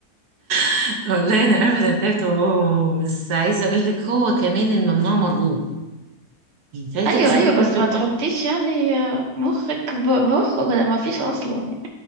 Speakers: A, on the right; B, on the right.
A: <laughs> والله انا عارفه انا تعبت معاه، بس عايزه اقول لك هو كمان الممنوع مرغوب يعني تعالي
B: أيوة
A: كده شوفي
B: أيوة
A: برضو
B: بس ما
A: القط
B: تحطيش يعني مخك بمخه كده ما فيش أصلا